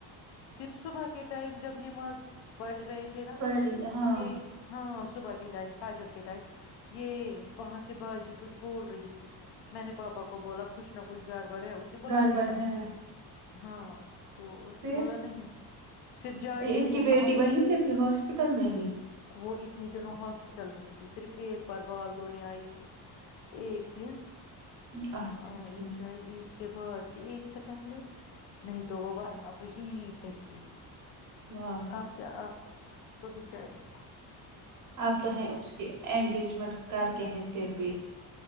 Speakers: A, on the left; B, on the right.
A: پھر صبح کے ٹائم جب نماز پڑھ رہے تھے تھے
B: پڑی ہاں
A: نا صبح کے ٹائم فجر کے ٹائم یہ وہاں سے باجی کچھ بول رہی تھی میں نے پاپا کو بولا کچ نہ کچھ گڈبڈ گڈبڈ ہے اس نے بولا
B: گڑبڑ
A: نہیں
B: ہے
A: ہاں تو اس
B: پھر
A: نے بولا نہیں پھر جا جی
B: اس کی بیٹی
A: ہم اٹھ
B: وہی پہ تھی ہاسپٹل میں ہی
A: وہ اتنے دنوں ہاسپٹل میں ہی تھی صرف ایک بار بال دھونے آئی تھی ایک دن
B: اچھا
A: ہاں
B: ٹھیک
A: یہ شاید عید کے بعد کہ عید سے پہلے نہیں تو وہ ورنہ وہی پہ تھی
B: واہ
A: اب کیا اب تو بچاری کیا
B: اپ تو ہے اس کی انگیجمنٹ کر کے ہیں پھر بھی